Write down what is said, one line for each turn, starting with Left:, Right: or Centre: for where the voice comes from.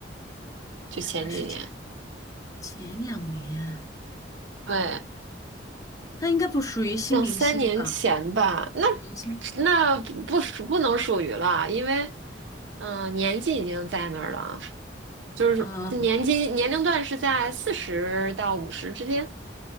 Right: 就前几年，
Left: 还是前前两年啊
Right: 对。
Left: 他应该不属于新明星吧？
Right: 两三年前吧，那
Left: 老明星
Right: 那不属不能属于了，因为嗯、呃年纪已经在那儿了，就是年纪年龄段是在四十到五十之间。
Left: 啊